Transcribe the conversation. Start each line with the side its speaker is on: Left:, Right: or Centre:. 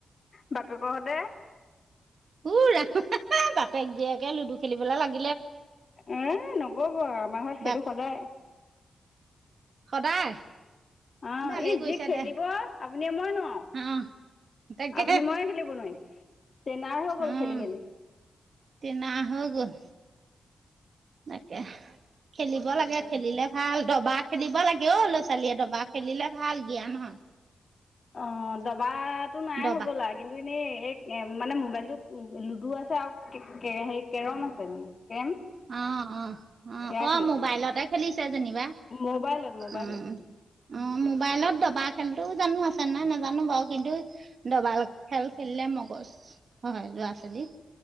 Left: বাপেকহঁতে
Right: উ ৰাম বাপেক জীয়েকে লুডু খেলিবলৈ লাগে
Left: এ নকব আমাৰ ঘৰত সেইটো
Right: বাপ
Left: সদায়
Right: সদায়
Left: অ
Right: ভালেই
Left: ই
Right: কৰিছে
Left: যি খেলিব
Right: দে
Left: আপুনি মই নোৱাৰ
Right: অ তাকে
Left: আপুনি মই খিলিব নোৱাৰিম। তে নাই হৈ গল
Right: উম
Left: খেলি খেলি
Right: টেনা হৈ গ'ল তাকে খেলিব লাগে খেলিলে ভাল দবা খেলিব লাগে অ ল'ৰা ছোৱালীয়ে দবা খেলিলে ভাল জ্ঞান হয়।
Left: অ দবাটো নাই
Right: দবা
Left: হ'বলা কিন্তু এনেই এই মানে মোবাইলটো লুডু আছে আৰু কে সে কেৰম আছে মানে কেৰম
Right: অ অ অ
Left: সেয়া
Right: অ
Left: খেলে
Right: মোবাইলতে খেলিছে যেনিবা।
Left: মোবাইলত মোবাইলত
Right: উম অ মোবাইলত দবা খেলটোও জানো আছে নাই নাজানোঁ বাৰু কিন্তু ডবাল খেল খেলিলে মগজ হয় ল'ৰা ছোৱালী।